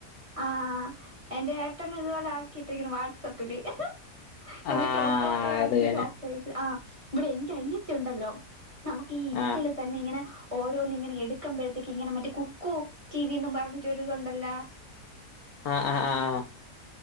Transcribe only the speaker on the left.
ആ
അത് തന്നെ
ആ
ആ ആ ആമ്